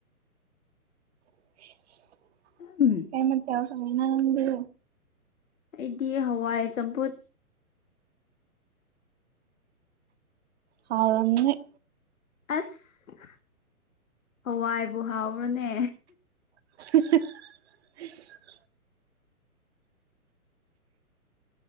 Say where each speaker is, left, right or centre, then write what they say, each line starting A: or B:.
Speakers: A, on the right; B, on the left.
A: <unintelligible>
B: ꯎꯝ
A: ꯀꯩ ꯃꯊꯦꯜ ꯊꯣꯡꯉꯤꯅꯣ ꯅꯪꯕꯨ
B: ꯑꯩꯗꯤ ꯍꯋꯥꯏ ꯆꯝꯐꯨꯠ
A: ꯍꯥꯎꯔꯝꯅꯤ
B: ꯑꯁ ꯍꯋꯥꯏꯕꯨ ꯍꯥꯎꯕ꯭ꯔꯣꯅꯦ
A: <unintelligible>